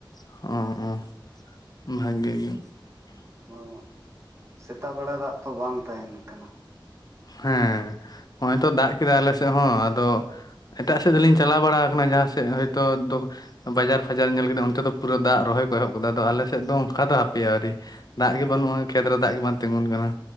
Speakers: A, on the left (about 50°); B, on the right (about 35°).
A: <unintelligible> ᱵᱷᱟᱜᱮ ᱜᱮ
B: ᱚ ᱥᱮᱛᱟᱜ ᱵᱮᱲᱟ ᱫᱟᱜ ᱛᱚ ᱵᱟᱝ ᱛᱟᱦᱮᱱ ᱠᱟᱱᱟ᱾
A: ᱦᱮᱸ ᱱᱚᱜᱼᱚᱭ ᱛᱚ ᱫᱟᱜ ᱠᱮᱫᱟᱭ ᱟᱞᱮ ᱥᱮᱫ ᱦᱚᱸ ᱟᱫᱚᱼ ᱮᱴᱟᱜ ᱥᱮᱫ ᱫᱚᱞᱤᱧ ᱪᱟᱞᱟᱣ ᱵᱟᱲᱟ ᱠᱟᱱᱟ ᱡᱟᱦᱟᱸ ᱥᱮᱫ ᱦᱚᱭᱛᱳ <unintelligible> ᱵᱟᱡᱟᱨ ᱯᱷᱟᱡᱟᱨ ᱧᱮᱞ ᱠᱟᱛᱮᱛ ᱚᱱᱛᱮ ᱫᱚ ᱯᱩᱨᱟᱹ ᱫᱟᱜ ᱨᱚᱦᱚᱭ ᱠᱚ ᱮᱦᱚᱵ ᱠᱟᱫᱟ ᱟᱫᱚ ᱟᱞᱮ ᱥᱮᱫ ᱫᱚ ᱚᱱᱠᱟ ᱫᱚ ᱦᱟᱯᱮᱭᱟ ᱟᱣᱨᱤᱼᱼ ᱫᱟᱜ ᱜᱮ ᱵᱟᱹᱱᱩᱜᱼᱟ ᱠᱷᱮᱛ ᱨᱮ ᱫᱟᱜ ᱜᱮ ᱵᱟᱝ ᱛᱤᱸᱜᱩᱱ ᱠᱟᱱᱟ᱾